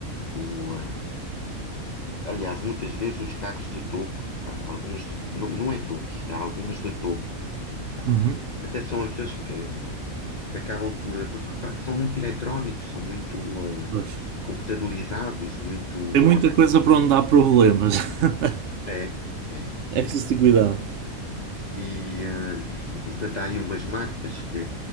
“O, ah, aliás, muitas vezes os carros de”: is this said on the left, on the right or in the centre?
Left